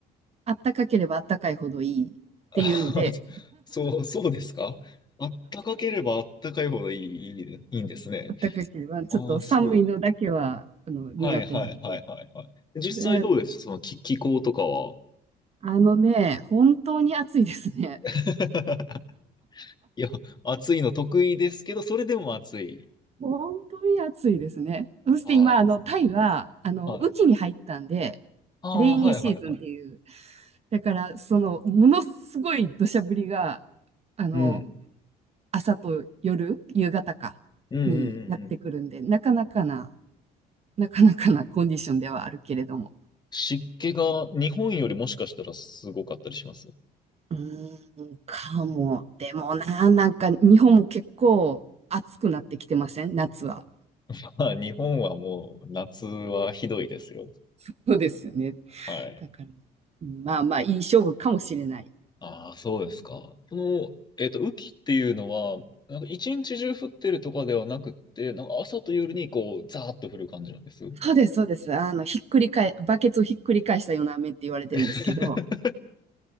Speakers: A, on the right (about 40°); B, on the left (about 25°).
A: あったかければあったかいほどいいっていうので、
B: <laughs> あそう、そうですかあったかければあったかいほどいい、いい、いいんですね。
A: あったかければちょっと寒いのだけは、
B: ああ、そう。
A: あの、苦手なんで。
B: はいはいはいはいはい。実際どうですその気、
A: で、
B: 気候とかは。
A: あのね、本当に暑いですね。
B: <laughs> いや、暑いの得意ですけど、それでも暑い。
A: 本当に暑いですね。そして今、
B: あ
A: あの、タイは、あの、
B: あ、はい。
A: 雨季に入ったんで、
B: ああ、
A: レイニーシーズンっていう、
B: はいはいはい。
A: だから、その、ものすごい土砂降りが、あの、
B: うん。
A: 朝と夜、夕方か、
B: うんうんうんうん。
A: にやってくるんで、なかなかな、なかなかなコンディションではあるけれども。
B: 湿気が日本よりもしかしたらすごかったりします。
A: うーん、かも。でもな、なんか、日本も結構暑くなってきてません夏は。
B: <laughs> まあ、日本はもう夏はひどいですよ。
A: そうですよね。
B: はい。
A: だから、まあまあ、いい勝負かもしれない。
B: ああ、そうですか。その、えっと、雨季っていうのは、なんか一日中降ってるとかではなくって、なんか朝と夜にこう、ザーッと降る感じなんです。
A: そうです、そうです。あの、ひっくり返、バケツをひっくり返したような飴って言われてるんですけど、
B: <laughs>